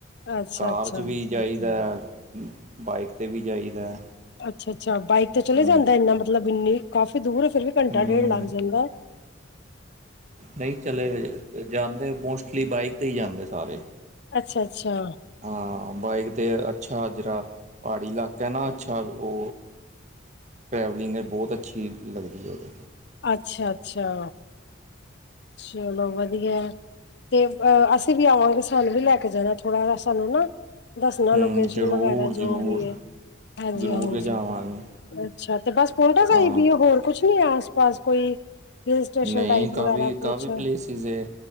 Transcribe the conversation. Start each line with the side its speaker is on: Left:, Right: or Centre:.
Left: ਅੱਛਾ
Right: ਘਾਰ
Left: ਅੱਛਾ
Right: 'ਚ ਵੀ ਜਾਈਦੈ, ਬਾਈਕ ਤੇ ਵੀ ਜਾਈਦਾ।
Left: ਅੱਛਾ-ਅੱਛਾ ਬਾਈਕ ਤੇ ਚਲੇ
Right: ਹੂੰ
Left: ਜਾਂਦਾ, ਇੰਨਾ ਮਤਲਬ, ਇੰਨੀ ਕਾਫ਼ੀ ਦੂਰ ਫਿਰ ਵੀ, ਘੰਟਾ
Right: ਹੂੰ
Left: ਡੇਢ ਲੱਗ ਜਾਂਦਾ ਐ।
Right: ਨਈ ਚਲੇ ਜਾਈ ਜਾਂਦੇ, ਮੋਸਟਲੀ ਬਾਈਕ ਤੇ ਈ ਜਾਂਦੇ ਸਾਰੇ।
Left: ਅੱਛਾ-ਅੱਛਾ।
Right: ਹਾਂ ਬਾਈਕ ਤੇ ਅੱਛਾ, ਜਰਾ ਪਹਾੜੀ ਇਲਾਕਾ ਐ ਨਾ ਅੱਛਾ ਓ ਟਰੈਵਲਿੰਗ ਹੈ, ਬਹੁਤ ਅੱਛੀ ਲੱਗਦੀ ਐ ਉਹਦੇ
Left: ਅੱਛਾ ਅੱਛਾ ਚਲੋ, ਵਧੀਆ ਐ। ਤੇ ਅ ਅਸੀਂ ਵੀ ਆਵਾਂਗੇ ਸਾਨੂੰ ਵੀ ਲੈ ਕੇ ਜਾਣਾ ਥੋੜਾ ਸਾਨੂੰ ਨਾ ਦੱਸਣਾ
Right: ਹੂੰ
Left: ਲੋਕੇਸ਼ਨ
Right: ਜ਼ਰੂਰ
Left: ਵਗੈਰਾ
Right: ਜ਼ਰੂਰ
Left: ਜੋ ਵੀ ਹੈ ਹਾਂਜੀ
Right: ਜ਼ਰੂਰ
Left: ਹਾਂਜੀ
Right: ਲਿਜਾਵਾਂਗੇ
Left: ਅੱਛਾ ਤੇ ਬਸ ਪਲਟਾ ਸਹੀ
Right: ਹਾਂ
Left: ਵੀ ਹੋਰ ਕੁਛ ਨੀ ਹੈ ਆਸ ਪਾਸ ਕੋਈ ਹਿਲ ਸਟੇਸ਼ਨ
Right: ਨਹੀਂ
Left: ਟਾਈਪ
Right: ਕਾਫੀ
Left: ਵਗੈਰਾ ਕੁਛ
Right: ਕਾਫੀ ਪਲੇਸਿਸ ਹੈ